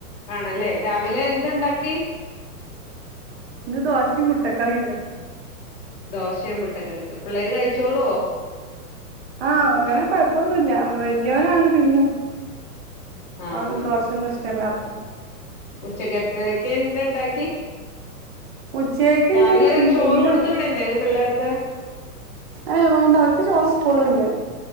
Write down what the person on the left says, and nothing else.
ആണല്ലേ രാവിലെ എന്ത്‌ണ്ടാക്കി?
ദോശയും മുട്ട കറിയൊക്കെ പിള്ളേര് കഴിച്ചോളൊ
ആഹ്
ഉച്ചക്കലത്തേക്കെന്ത്‌ണ്ടാക്കി
രാവിലെ
ചോറ് കൊടുത്ത് വിടണ്ടെ പിള്ളേർക്ക്